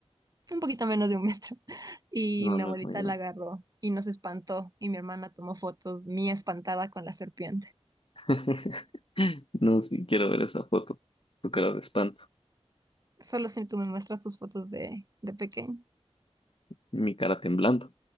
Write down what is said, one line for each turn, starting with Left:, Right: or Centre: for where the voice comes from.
Right: un poquito menos de un metro. <laughs> Y
Left: no,
Right: mi
Left: no
Right: abuelita
Left: es muy grande.
Right: la agarró y nos espantó y mi hermana tomó fotos mía espantada con la serpiente.
Left: <laughs> No, sí, quiero ver esa foto. Tu cara de espanto,
Right: Solo si tú me muestras tus fotos de, de pequeño.
Left: mi cara temblando.